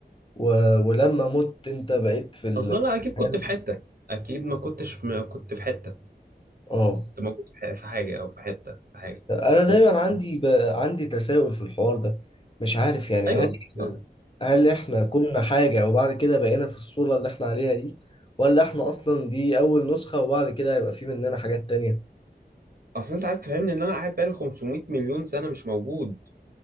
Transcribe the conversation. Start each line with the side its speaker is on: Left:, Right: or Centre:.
Left: و... ولما مت انت بقيت في الحياة
Right: أصلا أنا أكيد كنت
Left: اللي-
Right: في حتة أكيد ما كنتش ما كنت في حتة
Left: اه
Right: كنت موجود في ح- في حاجة أو في حتة في حاجة
Left: انا
Right: أكيد
Left: دايما
Right: كنت
Left: عندي ب... عندي تساؤل في الحوار ده مش عارف يعني
Right: أيوه
Left: هل
Right: أصل
Left: احنا
Right: أصل-
Left: هل احنا كنا حاجة وبعد كده بقينا في الصورة اللي احنا عليها دي ولا احنا اصلا دي اول نسخة وبعد كده هيبقى في مننا حاجات تانية
Right: أصل أنت عايز تفهمني إن أنا قاعد بقالي 500 مليون سنة مش موجود